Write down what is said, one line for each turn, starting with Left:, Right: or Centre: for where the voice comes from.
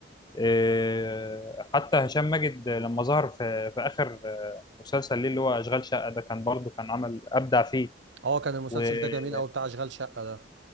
Left: إيه، حتى هشام ماجد لما ظهر في في اخر آه، مسلسل ليه اللي هو اشغال شقه ده كان برضه كان عمل ابدع فيه
Right: اه كان المسلسل
Left: ومصطفى
Right: ده جميل قوي بتاع اشغال شقة ده